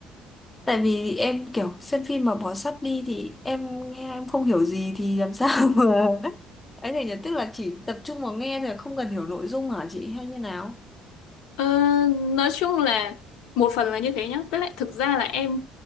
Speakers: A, on the left (about 15°); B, on the left (about 85°).
A: tại vì em kiểu xem phim mà bỏ sub đi thì em nghe em không hiểu gì thì làm sao <laughs> mà ấy này nhỉ tức là chỉ tập trung vào nghe rồi không cần hiểu nội dung hả chị hay như nào
B: Ờ, nói chung là một phần là như thế nhá. Tức là thực ra là em